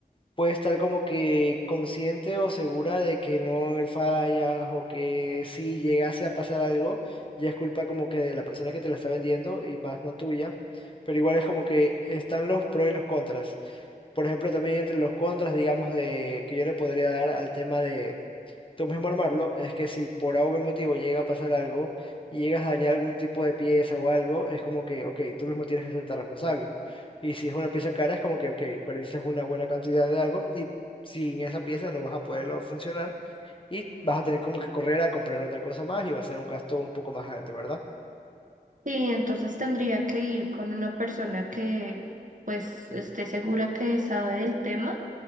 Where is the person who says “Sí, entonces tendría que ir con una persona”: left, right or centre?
Right